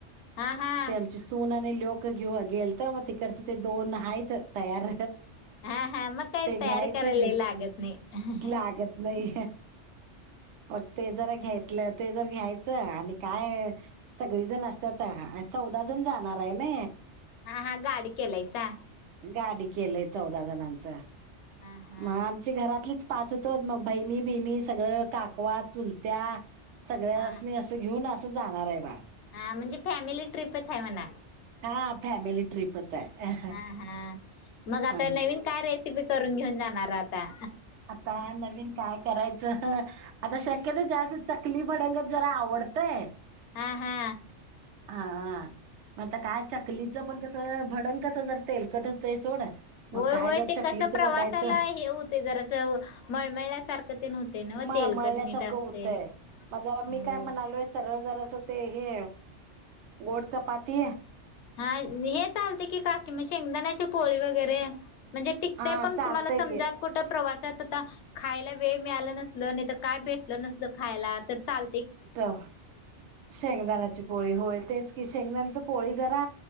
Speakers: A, on the left (about 75°); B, on the right (about 75°).
A: हा हा
B: ते आमची सुन ने लोकं घेऊ गेल तर मग तिकडच ते दोन आहेत तयार.
A: हा, हा मग काय
B: ते घ्यायचं
A: तयारी करायला
B: घेऊ
A: लागत नाही.
B: लागत नाही मग ते जर घेतलं ते जर घ्यायचं आणि काय सगळी जणं असतात चौदा जण जाणार आहे ना.
A: हा, हा गाडी केलायसा.
B: गाडी केलंय चौदा जणांच.
A: हा हा
B: मग आमची घरातलीच पाच होतो मग बहिणी, बहिणी सगळं काकवा, चुलत्या, सगळ्यासनी
A: हा
B: असं घेऊन असं जाणार आहे बाळ
A: हा म्हणजे फॅमिली ट्रिपच आहे म्हणा.
B: हा फॅमिली ट्रिपच आहे
A: हा, हा मग
B: अ
A: आता नवीन काय रेसिपी कर कुटून घेऊन जाणार आता.
B: आता नवीन काय करायचं आता शक्यत जास्त चकली भडंगत जरा आवडतय
A: हा, हा.
B: हा मग आता काय चकलीच पण कस भडण कसं जर तेलकटच आहे सोड मग
A: होय
B: काय
A: होय
B: जर
A: ते
B: चकलीचं
A: कस प्रवासाला
B: बघायचं
A: हे होते जर अस मळमळल्यासारखं ते होते ना
B: मळ
A: तेलकट
B: मळल्यासारखं
A: मीठ असते.
B: होतंय माझ्याला मी
A: होय
B: काय म्हणालोय सरळ जरास ते हे गोड चपाती आहे.
A: हा हे चालते की काकी मग शेंगदाण्याची पोळी वगैरे म्हणजे टिकत
B: हा
A: पण
B: चालतय
A: तुम्हाला समजा
B: की
A: कुठं प्रवासात आता खायला वेळ मिळाला नसल नाही तर काय भेटलं नसल खायला तर चाल
B: त शेंगदाण्याची पोळी होय तेच की शेगदाण्याची पोळी जरा